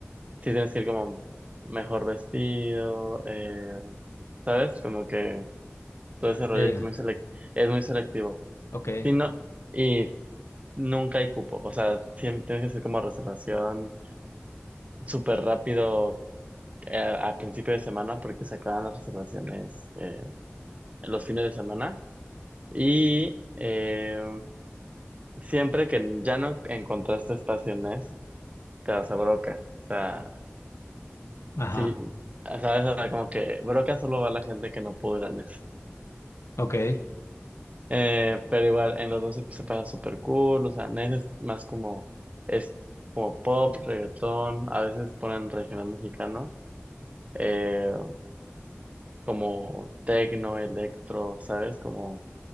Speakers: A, on the right; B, on the left.
A: sí tienes que ir como mejor vestido, eh, ¿sabes? Como que todo ese rollo
B: Eh,
A: es muy selec- es muy selectivo.
B: ok.
A: Y no, y Nunca hay cupo, o sea, siempre tienes que hacer como reservación súper rápido eh, a, principio de semana porque se acaban las reservaciones eh, los fines de semana y eh, siempre que ya no encontraste estaciones, te vas a Broca, o sea,
B: Ajá.
A: sí, sabes, O sea, como que Broca solo va la gente que no pudo ir a Nes.
B: Ok.
A: Eh, pero igual en los dos se, se pasa súper cool, o sea, Nes es más como, es como pop, reggaetón, a veces ponen regional mexicano. eh, como techno, electro, ¿sabes? Como